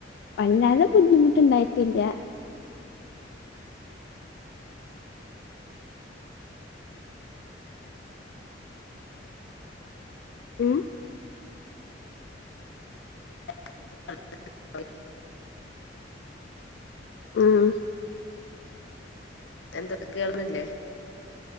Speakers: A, on the left (about 60°); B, on the left (about 80°).
A: വല്ലാതെ ബുദ്ധിമുട്ടുണ്ടായിട്ടില്ല <inaudible> ഉം
B: <unintelligible>
A: ആഹ്
B: എന്താ കേൾന്നില്ലേ